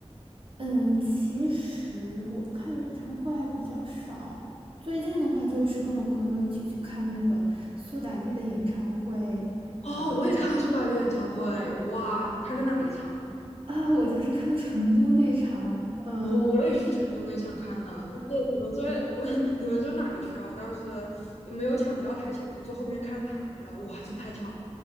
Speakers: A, on the right (about 55°); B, on the left (about 80°).
A: 嗯，其实我看演唱会还比较少，最近的话就是跟我朋友一起去看那个苏打绿的演唱会啊，
B: 哦，
A: 在成
B: 我也看了苏打绿演唱会，哇！你看的哪一场？
A: 啊，我就是看的成都那场，嗯，
B: 我我也去成都那场看了，但是你们坐 <laughs> 你们坐哪个区啊？我当时没有抢到台前面，坐后面看台了，哇，真太巧了。